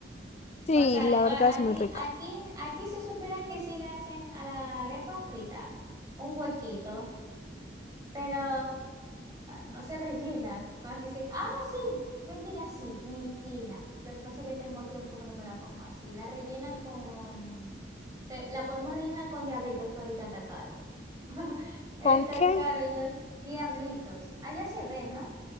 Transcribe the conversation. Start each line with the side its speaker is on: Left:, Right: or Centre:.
Left: Sí,
Right: O sea,
Left: la
Right: a-
Left: verdad es
Right: aquí,
Left: muy rica.
Right: aquí, aquí se supera que sí le hacen a la arepa frita un huequito, pero no se rellena. Aquí se... Ah, sí, mentira, sí, mentira. Lo que pasa es que tengo tiempo que no me la como así. La rellenan con... se- la podemos rellenar con diablitos que ahorita está caro <laughs> Está
Left: ¿Con qué?
Right: caro y no. Diablitos. Allá se ve, ¿no?